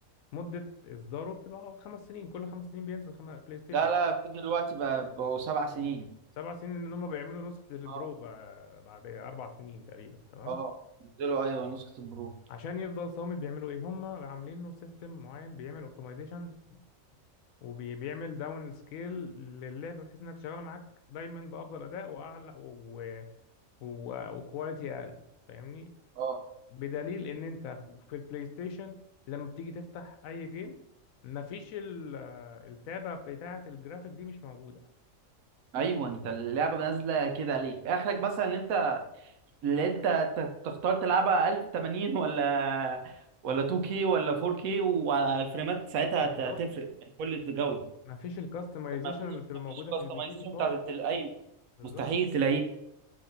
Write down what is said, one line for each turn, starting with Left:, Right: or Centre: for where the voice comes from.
Left: مدة إصداره بتبقى خمس سنين كل خمس سنين بينزل خم... بلاي ستيشن
Right: لا لا في دلوقتي بقى بقوا سبع سنين
Left: سبع سنين إن هم بيعملوا نسخة البرو
Right: اه
Left: ب- بعد أربع سنين تقريبا تمام
Right: اه نزلوا ايوه نسخه البرو
Left: عشان يفضل صامد بيعملوا إيه هم عاملين له سيستم معين بيعمل أوبتمايزيشن وبيعمل داون سكيل للعبة بحيث إنها تشتغل معاك دايما بأفضل أداء وأعلى و... و... وكواليتي أقل فاهمني
Right: اه
Left: بدليل إن أنت في البلاي ستيشن لما بتيجي تفتح أي جيم مفيش ال- التابة بتاعة الجرافيك دي مش موجودة
Right: ايوه انت اللعبه نازله كده عليك اخرك مثلا ان انت اللي انت ت- تختار تلعبها 1080 ولا ولا 2K ولا 4K وعلى الفريمات ساعتها
Left: بالظبط
Right: هت- هتفرق يعني كل الجوده
Left: ما فيش الكاستمايزيشن
Right: طب ما فيش
Left: اللي بتبقى
Right: ما
Left: موجوده
Right: فيش كاستمايزيشن
Left: في البي سي دي
Right: بتاعت
Left: خالص
Right: التل... ايوه
Left: بالظبط
Right: مستحيل تلاقيه